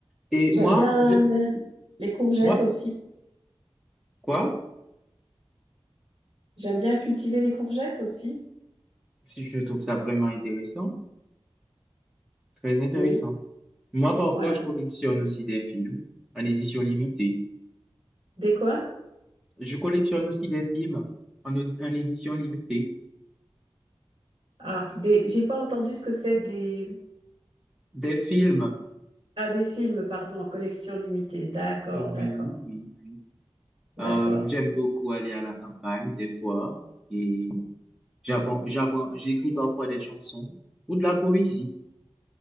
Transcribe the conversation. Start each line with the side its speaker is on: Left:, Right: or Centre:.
Centre: Et
Right: J'aime
Centre: moi,
Right: bien
Centre: je,
Right: les courgettes
Centre: moi,
Right: aussi.
Centre: quoi?
Right: J'aime bien cultiver les courgettes aussi.
Centre: Si je trouve ça vraiment intéressant, très intéressant.
Right: Oui,
Centre: Moi, parfois,
Right: voilà.
Centre: je collectionne aussi des films en édition limitée.
Right: Des quoi?
Centre: Je collectionne aussi des films en, audi- en édition limitée.
Right: Ah, des, j'ai pas entendu ce que c'est des...
Centre: Des films,
Right: Ah, des films, pardon, en collection limitée. D'accord,
Centre: euh, oui,
Right: d'accord,
Centre: oui, oui.
Right: d'accord.
Centre: Euh, j'aime beaucoup aller à la campagne, des fois, et j'apprends, j'apprends, j'écris parfois des chansons ou de la poésie.